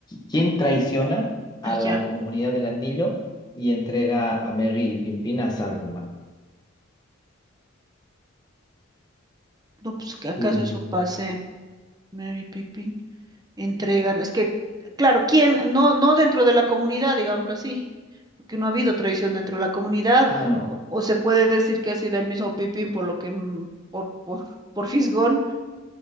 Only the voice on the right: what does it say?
Ah,
ya.
No, pues que acaso
eso pase. Mary Pippin. Entregan, es que, claro, ¿quién? No, no dentro de la comunidad, digámoslo así, porque no ha habido traición dentro de la comunidad,
o, o se puede decir que ha sido el mismo Pipín por lo que, mm, por, por, <laughs> por fisgón,